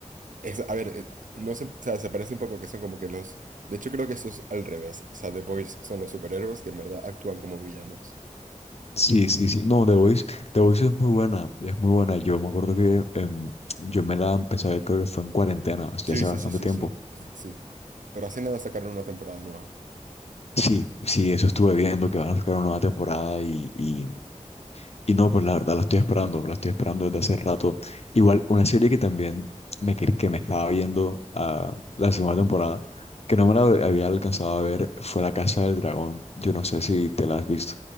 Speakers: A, on the right; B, on the left.
A: Es, a ver, eh, no se, o sea, se parece un poco que son como que los. De hecho, creo que eso es al revés. O sea, The Boys son los superhéroes que en verdad actúan como villanos.
B: Sí, sí, sí. No, The Voice, The Voice es muy buena, es muy buena. Yo me acuerdo que em, yo me la empecé a ver, creo que fue en cuarentena, o hace
A: Sí, sí,
B: bastante
A: sí, sí,
B: tiempo.
A: sí. es- Sí. Pero hace nada sacaron una temporada nueva.
B: Sí, sí, eso estuve viendo, que van a sacar una nueva temporada y, y Y no, pues la verdad la estoy esperando, la estoy esperando desde hace rato. Igual, una serie que también me, que que me estaba viendo ah, la segunda temporada, que no me la había alcanzado a ver, fue La Casa del Dragón. Yo no sé si te la has visto.